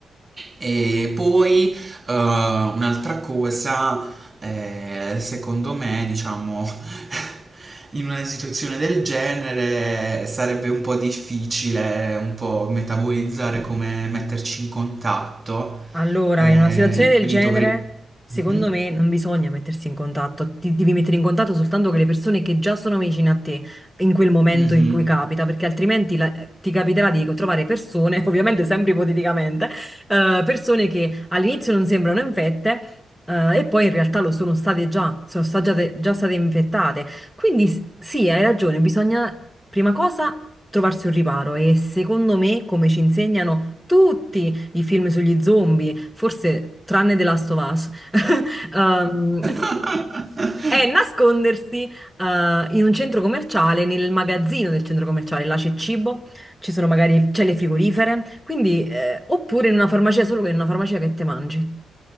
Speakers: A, on the right; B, in the centre.
A: e poi eh, un'altra cosa, eh, secondo me, diciamo, <laughs> in una situazione del genere sarebbe un po' difficile un po' metabolizzare come metterci in contatto.
B: Allora,
A: Eh,
B: in una situazione
A: Mm,
B: del
A: quindi
B: genere,
A: dovrei...
B: secondo
A: Mhm,
B: me non bisogna mettersi in contatto, ti devi mettere in contatto soltanto con le persone che già sono vicine a te in quel momento
A: mhm.
B: in cui capita, perché altrimenti la- ti capiterà di trovare persone, <laughs> ovviamente sempre ipoteticamente, eh, persone che all'inizio non sembrano infette, eh, e poi in realtà lo sono state già, sono sta- già, già state infettate. Quindi s- sì, hai ragione, bisogna prima cosa trovarsi un riparo e secondo me, come ci insegnano tutti, i film sugli zombie, forse tranne The Last of Us, <laughs> ehm,
A: <laughs>
B: è nascondersi eh, in un centro commerciale, nel magazzino del centro commerciale, là c'è cibo, ci sono magari celle frigorifere, quindi, eh, oppure in una farmacia, solo che in una farmacia che te mangi.